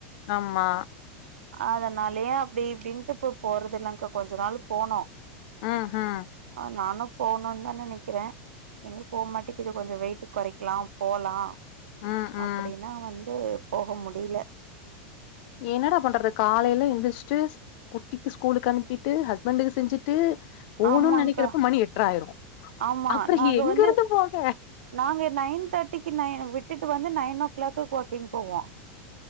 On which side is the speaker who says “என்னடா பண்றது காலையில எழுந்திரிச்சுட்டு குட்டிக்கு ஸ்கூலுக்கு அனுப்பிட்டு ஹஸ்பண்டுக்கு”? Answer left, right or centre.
Left